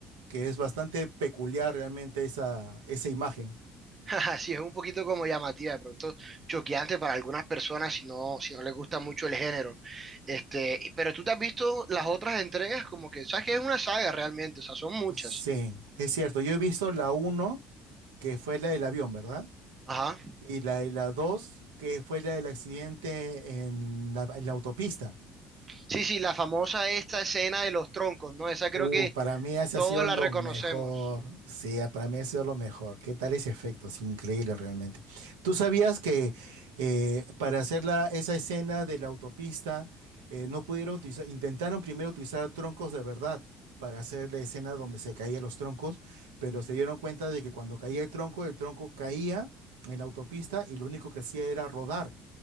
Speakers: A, on the right; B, on the right.
A: que es bastante peculiar realmente esa, esa imagen.
B: <laughs> Jaja, Sí, es un poquito como llamativa, de pronto choqueante para algunas personas si no, si no les gusta mucho el género. Este, y- pero tú te has visto las otras entregas como que, sabes que es una saga realmente, o sea, son muchas.
A: Sí, es cierto. Yo he visto la uno que fue la del avión, ¿verdad?
B: Ajá.
A: Y la de la 2 que fue la del accidente en la, en la autopista.
B: Sí, sí, la famosa esta escena de los troncos, ¿no? Esa creo
A: Uh,
B: que
A: para mí ese
B: todos
A: ha sido
B: la
A: lo
B: reconocemos.
A: mejor. Sí, ah, para mí ha sido lo mejor. ¿Qué tal ese efecto? Es increíble realmente. ¿Tú sabías que eh, para hacer la- esa escena de la autopista eh, no pudieron utilizar, intentaron primero utilizar troncos de verdad para hacer la escena donde se caían los troncos, pero se dieron cuenta de que cuando caía el tronco, el tronco caía en la autopista y lo único que hacía era rodar,